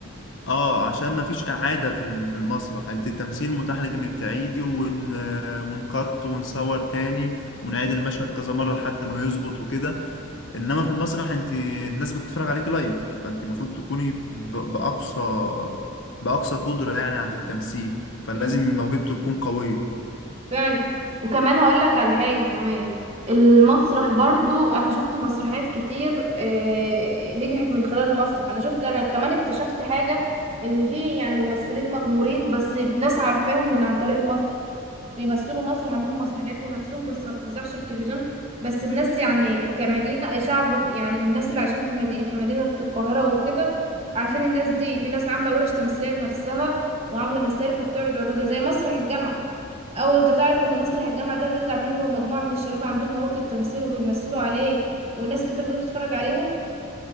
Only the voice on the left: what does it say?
اه عشان ما فيش اعاده في ال- في المسرح انت التمثيل متاح لك انك تعيدي ون ونقط ونصور تاني ونعيد المشهد كذا مره لحد ما يظبط وكده انما في المسرح انت الناس بتتفرج عليكي لايف فانت المفروض تكوني ب- باقصى باقصى قدره يعني عن التمثيل فلازم
موهبته تكون قويه